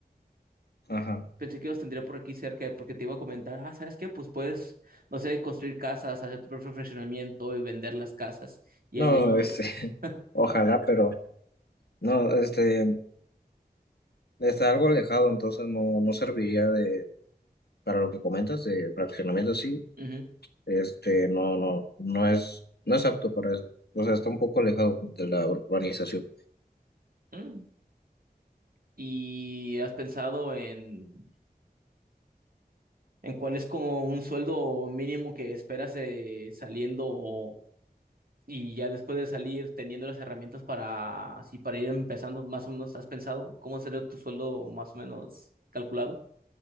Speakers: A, on the left; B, on the right.
A: Ajá.
B: Pensé que los tendría por aquí cerca porque te iba a comentar, ah, ¿sabes qué? Pues puedes, no sé, construir casas, hacer tu propio fraccionamiento y vender las casas. Y
A: No,
B: ya de ahí, pues.
A: este, <laughs> ojalá, pero no, este, está algo alejado, entonces no, no serviría de, para lo que comentas, de fraccionamiento, sí,
B: ujú.
A: este, no, no, no es, no es apto para eso. O sea, está un poco alejado de la urbanización.
B: Mm. ¿Y has pensado en, en cuál es como un sueldo mínimo que esperas eh, saliendo o- y ya después de salir teniendo las herramientas para así para ir empezando más o menos? ¿Has pensado cómo sería tu sueldo más o menos calculado?